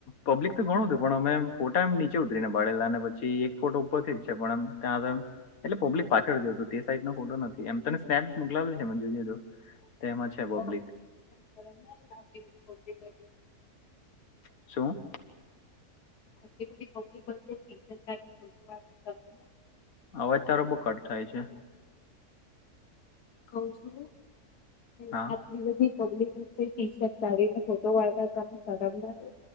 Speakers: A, on the left; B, on the left.
A: પબ્લિક તો ઘણું હતું પણ અમે ફોટા એમ નીચે ઉતરી ને પાળેલા પછી એક ફોટો ઉપર થઈ જ છે પણ એમ ત્યાં આગળ એમ એટલે પબ્લિક પાછળ ગયો હતું તે સાઈઝ નો ફોટો નથી એમ તને સ્નેપ મોકલાયો છે મે જોજે તો તેમાં છે પબ્લિક
B: તો પબ્લિક <unintelligible>
A: શું
B: આટલી બધી <unintelligible> <unintelligible>
A: અવાજ તારો બહ કટ થાય છે.
B: કુંહુ છું કે
A: હા
B: બધી પબ્લિક વચ્ચે ટી શર્ટ કાઢીને ફોટો વાળતા તને શરમ ના આવે